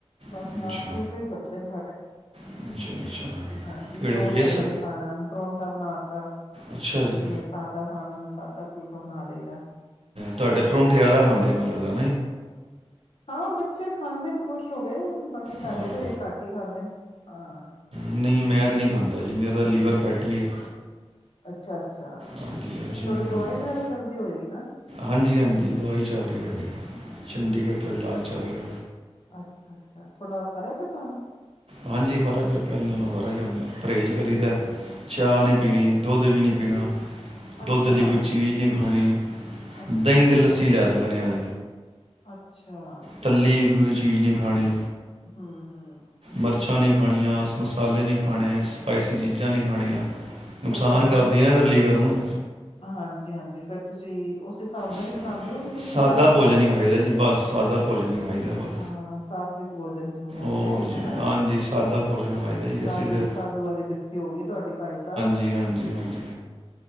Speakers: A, on the left (about 60°); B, on the right (about 65°).
A: ਬਸ
B: ਅੱਛਾ
A: ਨਾਲ ਫੁਲਕਾ ਹੀ ਚੱਲਦੇ ਨੇ ਸਾਡੇ
B: ਅੱਛਾ ਅੱਛਾ
A: ਹਾਂਜੀ
B: ਕਿਹੜੇ
A: ਪਰੌਂਠਾ
B: ਵੇਸ
A: ਜਿੰਨੇ ਖਾਣਾ ਉਹਨੂੰ ਪਰੋਂਂਠਾ ਬਣਾ ਤਾ
B: ਅੱਛਾ ਜੀ
A: ਜਿਵੇਂ ਸਾਦਾ ਖਾਣਾ ਨੂੰ ਸਾਦਾ ਫੁਲਕਾ ਬਣਾ ਦੇਈਦਾ
B: ਤੁਹਾਡੇ ਪਰੌਂਠੇ ਜਿਆਦਾ ਖਾਂਦੇ ਮੈਨੂੰ ਲਗਦਾ
A: ਹਾਂ ਬੱਚੇ ਖਾਂਦੇ ਨੇ ਖੁਸ਼ ਹੋ ਗਏ ਬਾਕੀ ਸਾਡੇ
B: ਹਾਂ,
A: ਤੇ ਘੱਟ ਹੀ ਖਾਂਦੇ ਨੇ ਹਾਂ
B: ਨਹੀਂ ਮੈਂ ਤੇ ਨਹੀਂ ਖਾਂਦਾ ਜੀ ਮੇਰਾ ਤਾਂ ਲੀਵਰ ਫੇਟੀ ਠੀਕ ਹੈ
A: ਅੱਛਾ-ਅੱਛਾ
B: ਹਾਂਜੀ ਅਸੀਂ
A: ਤੇ ਤੁਹਾਡੀ
B: ਨਹੀਂ ਖਾਂਦੇ
A: ਦਵਾਈ ਵਗੈਰਾ ਚੱਲਦੀ ਹੋਏਗੀ ਨਾ
B: ਹਾਂਜੀ ਹਾਂਜੀ ਦਵਾਈ ਚੱਲ ਰਹੀ ਸਾਡੀ ਚੰਡੀਗੜ੍ਹ ਤੋਂ ਇਲਾਜ ਚੱਲ ਰਿਹਾ
A: ਅੱਛਾ ਅੱਛਾ ਥੋਡਾ ਫ਼ਰਕ ਹੈ ਤੁਹਾਨੂੰ
B: ਹਾਂਜੀ ਫਰਕ ਹੈ ਪਹਿਲਾਂ ਨੂੰ ਫਰਕ ਹੈ ਪਰਹੇਜ਼ ਕਰੀ
A: ਹਾਂ,
B: ਦਾ ਚਾਹ
A: ਚਲੋ
B: ਨੀ ਪੀਣੀ ਦੁੱਧ ਵੀ ਨੀ ਬਿਨਾਂ
A: ਅੱਛਾ,
B: ਦੁੱਧ ਵਾਲੀ ਕੋਈ ਚੀਜ਼ ਨਹੀਂ ਖਾਣੀ
A: ਅੱਛਾ-ਅੱਛਾ,
B: ਦਹੀਂ ਤੇ ਲੱਸੀ ਲੈ ਸਕਦੇ ਹਾਂ
A: ਅੱਛਾ ਅੱਛਾ
B: ਤੱਲੀ ਕੋਈ ਚੀਜ਼ ਨਹੀਂ ਖਾਣੀ
A: ਹਮ ਹਮ
B: ਮਿਰਚਾਂ ਨਹੀਂ ਖਾਣੀਆ ਮਸਾਲੇ ਨਹੀਂ ਖਾਣੇ ਸਪਾਈਸੀ ਚੀਜ਼ਾਂ ਨਹੀਂ ਖਾਣੀਆਂ ਨੁਕਸਾਨ
A: ਤੇ ਫਿਰ
B: ਕਰਦੀ ਹੈ ਨਾ ਫਿਰ ਲੀਵਰ ਨੂੰ
A: ਹਾਂਜੀ ਹਾਂਜੀ ਫਰ ਤੁਸੀਂ ਉਸ ਹਿਸਾਬ ਨਾਲ
B: ਸ-
A: ਹੀ ਮਨਾਉਂਦੇ ਹੋਣਗੇਆਂ ਚੀਜ਼ਾਂ
B: ਸਾਦਾ
A: ਦੇ ਭਾਬੀ
B: ਭੋਜਨ
A: ਸਾਡੇ
B: ਹੀ ਖਾਈਦਾ ਜੀ ਬਸ ਸਾਦਾ ਭੋਜਨ ਹੀ ਖਾਈਦਾ ਵਾ
A: ਹਾਂ ਸਾਤਵ ਭੋਜਨ ਜਿਹਨੂੰ ਕਹਿੰਦੇ
B: ਔਰ
A: ਹਨਾ
B: ਜੀ ਹਾਂਜੀ ਸਾਦਾ ਭੋਜਨ ਖਾਈਦਾ ਜੀ
A: ਸਾਧੂ
B: ਅਸੀਂ ਤੇ
A: ਸਾਧੂ ਵਾਲੀ ਬਰਤੀ ਹੋ ਗਈ ਤੁਹਾਡੀ ਭਾਈ ਸਾਹਿਬ
B: ਹਾਂਜੀ ਹਾਂਜੀ ਹਾਂਜੀ